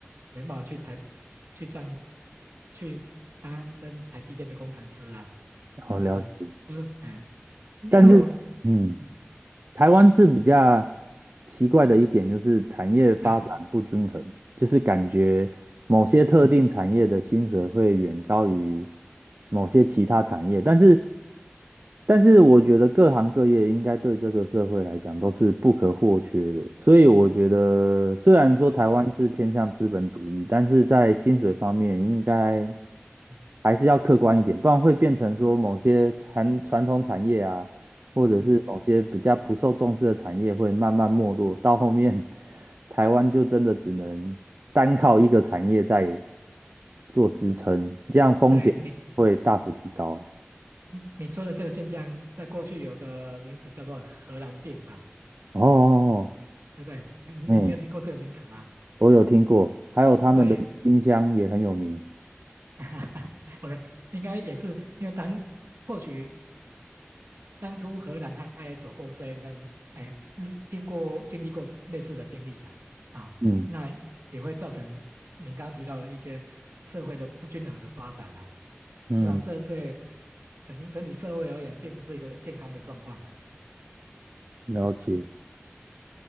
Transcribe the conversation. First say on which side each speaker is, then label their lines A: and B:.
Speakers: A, on the right; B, on the right.
A: 没办法去台去上去担任台积电的工程师啊，
B: 好了解。
A: 是不是？就是哎，你要
B: 但是，嗯。
A: 嗯
B: 台湾是比较奇怪的一点，就是产业发展不均衡，
A: 对
B: 就是感觉某些特定产业的薪水会远高于
A: 嗯
B: 某些其他产业，但是，但是我觉得各行各业应该对这个社会来讲都是不可或缺的，所以我觉得虽然说台湾是偏向资本主义，
A: 嗯
B: 但是在薪水方面应该。
A: 嗯嗯，
B: 还是要客观一点，不然会变成说某些传传统产业啊，或者是某些比较不受重视的产业会慢慢没落，
A: 嗯
B: 到后面 <laughs> 台湾就真的只能单靠一个产业在做支撑，这样风险会大幅提高啊。
A: 对，你嗯，你说的这个现象，在过去有个名词叫做“荷兰病”吧，
B: 哦，
A: 对不对？哎，你你有听过这个名词吗？
B: 嗯，我有听过，还有他们的音箱也很有名。
A: 对 <laughs>，OK，应该也是因为当或许当初荷兰他也走过这一段，哎，嗯经过经历过类似的经历了，啊、
B: 嗯
A: 那也会造成您刚刚提到的一些社会的不均衡的发展呐、
B: 嗯，
A: 事实际上，这对整整体社会而言，并不是一个健康的状况啊。
B: 了解。